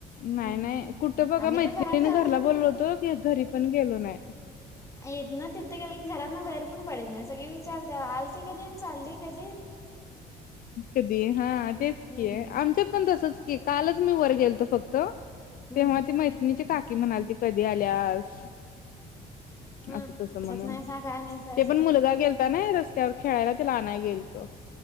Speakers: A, on the left (about 55°); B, on the left (about 20°).
A: नाही
B: अहं.
A: नाही कुठं बघा
B: आम्ही
A: मैत्रिणीने
B: तर घरातन
A: घरला बोलवलेल होतो घरी पण गेलो नाही.
B: आहेत ना तिथ? गेलं की घरात ना बाहेर पण पडत नाही सगळी विचार आलती कधी अन चालली कधी?
A: कधी हा तेच
B: हम्म
A: की आहे आमच्यात पण तसचं कालच मी वर गेलतो फक्त
B: हम्म
A: तेव्हा ती मैत्रिणीची का कि म्हणाली ती कधी आल्यास?
B: हम्!
A: असं तसं म्हणून
B: <inaudible> नाही काय? नाही सा
A: ते
B: असं
A: पण
B: करतो.
A: मुलगा गेलता ना रस्त्यावर खेळायला तेला आणायला गेलतो.